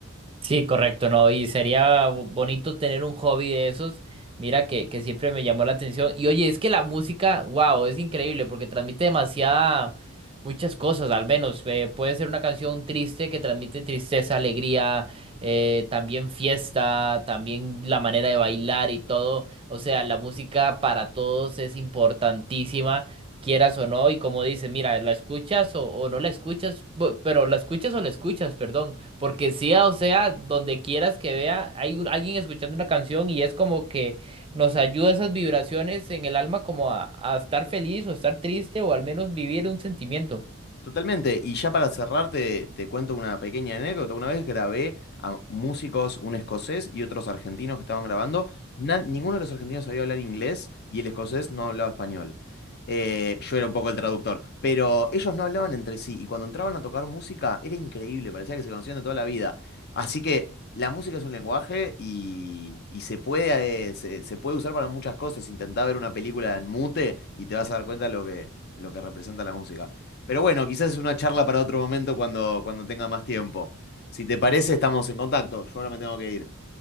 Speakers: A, on the right; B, on the left.
A: Sí, correcto, ¿no? Y sería bo- bonito tener un hobby de esos. Mira que, que siempre me llamó la atención. Y oye, es que la música, wow, es increíble porque transmite demasiada, muchas cosas, al menos. eh, puede ser una canción triste que transmite tristeza, alegría, eh, también fiesta, también la manera de bailar y todo. O sea, la música para todos es importantísima. quieras o no, y como dices, mira, la escuchas o, o no la escuchas, Bu- pero la escuchas o la escuchas, perdón. Porque sea, o sea, donde quieras que vea, hay un- alguien escuchando una canción y es como que nos ayuda esas vibraciones en el alma como a, a estar feliz o estar triste o al menos vivir un sentimiento.
B: Totalmente, y ya para cerrar te, te cuento una pequeña anécdota. Una vez grabé a músicos, un escocés y otros argentinos que estaban grabando. Na- ninguno de los argentinos sabía hablar inglés y el escocés no hablaba español. Eh, yo era un poco el traductor, pero ellos no hablaban entre sí y cuando entraban a tocar música era increíble, parecía que se conocían de toda la vida. Así que la música es un lenguaje y, y se puede, eh, se, se puede usar para muchas cosas. Intentá ver una película en mute y te vas a dar cuenta lo que, lo que representa la música. Pero bueno, quizás es una charla para otro momento cuando, cuando tenga más tiempo. Si te parece, estamos en contacto. Yo ahora me tengo que ir.